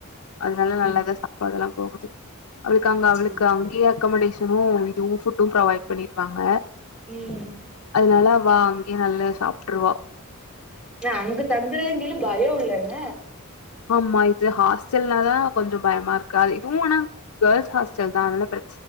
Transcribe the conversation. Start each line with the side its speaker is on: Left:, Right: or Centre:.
Left: அதனால நல்லா
Centre: ம்
Left: தா சாப்பாடெல்லா போகுது அவளுக்கு அங்க அவளுக்கு
Centre: சேரி
Left: அங்கயே அக்கமடேஷனு இதுவு ஃபுட்டும் ப்ரொவைட் பண்ணிருவாங்க
Centre: ம்
Left: அதனால வாங்கி நல்லா சாப்ட்ருவா
Centre: இல்ல அங்க தங்குறங்கில்ல பயோ இல்லன
Left: ஆமா இது ஹாஸ்டல்னாதா கொஞ்சோ பயமா இருக்காது இதுவு ஆனா கேள்ஸ் ஹாஸ்டல் தா அதனால பிர